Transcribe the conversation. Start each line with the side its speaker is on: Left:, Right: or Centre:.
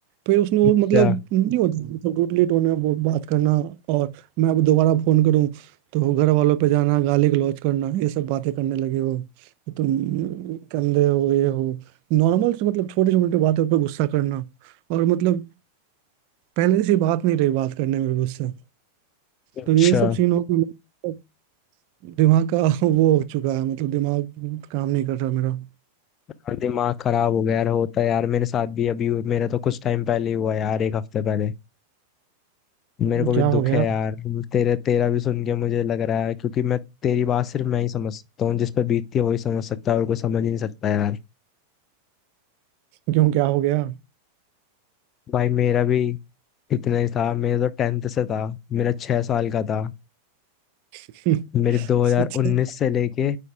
Right: फिर उसने वो
Left: अच्छा
Right: मतलब नहीं होता मतलब रूडली टोन में वो बात करना और मैं अब दोबारा फोन करूं तो घर वालों पे जाना गाली गलौज करना ये सब बातें करने लगे वो कि तुम गंदे हो ये हो नॉर्मल से मतलब छोटी छोटी बातों पे गुस्सा करना और मतलब पहले से बात नहीं रही बात करने में भी गुस्सा
Left: अच्छा
Right: तो ये सब सीन हो गया दिमाग का <laughs> वो हो चुका है मतलब दिमाग काम नहीं कर रहा मेरा
Left: हाँ, दिमाग खराब हो गया यार होता है यार मेरे साथ भी अभी मेरे तो कुछ टाइम पहले ही हुआ यार एक हफ्ते पहले मेरे को भी
Right: क्या
Left: दुख
Right: हो गया
Left: है यार तेरे तेरा भी सुन के मुझे लग रहा है क्योंकि मैं तेरी बात सिर्फ मैं ही समझ सकता हूँ जिस पे बीतती है वही समझ सकता है और कोई समझ ही नहीं सकता यार
Right: क्यों क्या हो गया
Left: भाई मेरा भी इतना ही था मेरा तो टेंथ से था मेरा छह साल का था
Right: <laughs>
Left: मेरे 2019
Right: सच में?
Left: से लेके